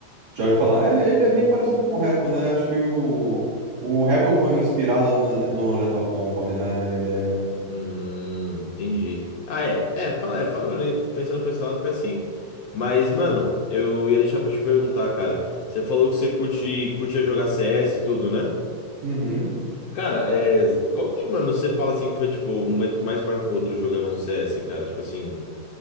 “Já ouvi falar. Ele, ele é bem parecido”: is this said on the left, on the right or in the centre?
Right